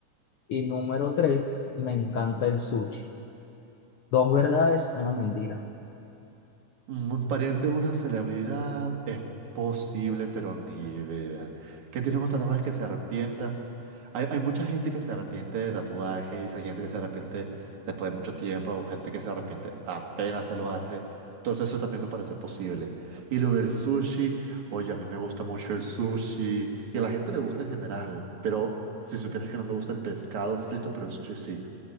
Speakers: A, on the left; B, on the right.
A: Y número tres. Me encanta el sushi. Dos verdades, una mentira.
B: Un pariente de una celebridad es posible, pero ni idea. ¿Qué tienes un tatuaje que se arrepientas? Hay, hay mucha gente que se arrepiente de tatuajes, hay gente que se arrepiente después de mucho tiempo, o gente que se arrepiente apenas se lo hace. Entonces eso también me parece posible. Y lo del sushi, oye, a mí me gusta mucho el sushi y a la gente le gusta en general, pero si supieras que no me gusta el pescado frito, pero el sushi sí.